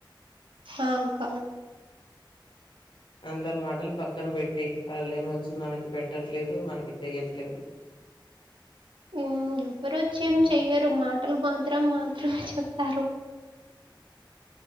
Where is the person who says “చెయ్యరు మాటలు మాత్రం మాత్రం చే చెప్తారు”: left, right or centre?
Right